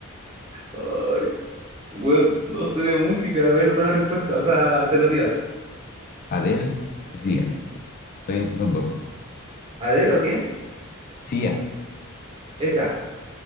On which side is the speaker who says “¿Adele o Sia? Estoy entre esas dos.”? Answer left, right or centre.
Left